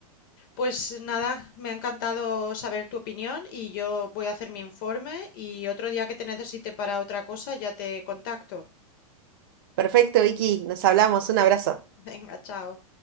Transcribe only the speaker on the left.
Pues nada, me ha encantado saber tu opinión y yo voy a hacer mi informe y otro día que te necesite para otra cosa ya te contacto.
<laughs> Venga, chao.